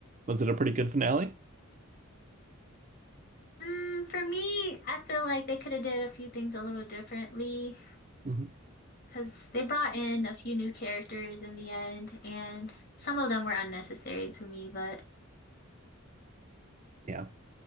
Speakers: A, on the right (about 35°); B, on the left (about 50°).
A: Was it a pretty good finale?
B: Mm, for me, I feel like they could have did a few things a little differently
A: hmm
B: because they brought in a few new characters in the end, and some of them were unnecessary to me. But
A: Yeah.